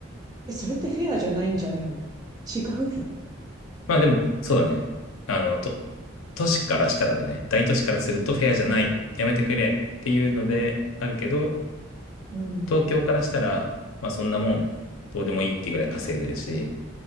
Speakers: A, on the right (about 20°); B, on the left (about 80°).
A: え、それってフェアじゃないんじゃないの違うの
B: まあでも、そうだね。あの、と、都市からしたらだね。大都市からするとフェアじゃない。やめてくれっていうのであるけど、
A: うん。
B: 東京からしたら、まあそんなもん、どうでもいいっていうぐらい稼いでるし、